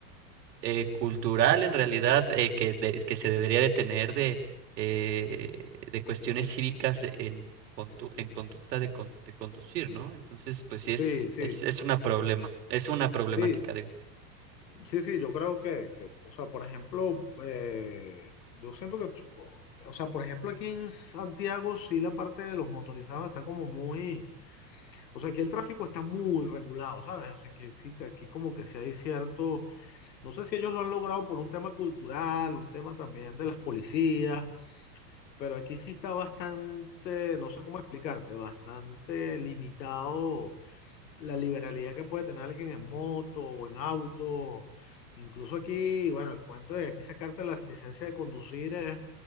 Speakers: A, on the right (about 75°); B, on the left (about 85°).
A: eh, cultural en realidad eh, que, de- que se debería de tener de, eh, de cuestiones cívicas en, condu- en conducta de, con- de conducir, ¿no? Entonces, pues sí, es,
B: sí, sí,
A: es, es una problema, es una problemática,
B: sí,
A: digo.
B: sí, sí, yo creo que, que, o sea, por ejemplo, eh, yo siento que, o sea, por ejemplo, aquí en Santiago sí la parte de los motorizados está como muy, o sea, aquí el tráfico está muy regulado, ¿sabes? O sea, que sí, que aquí como que sí hay cierto, no sé si ellos lo han logrado por un tema cultural, un tema también de las policías Pero aquí sí está bastante, no sé cómo explicarte, bastante limitado la liberalidad que puede tener alguien en moto o en auto. Incluso aquí, bueno, el cuento de aquí sacarte las licencias de conducir es,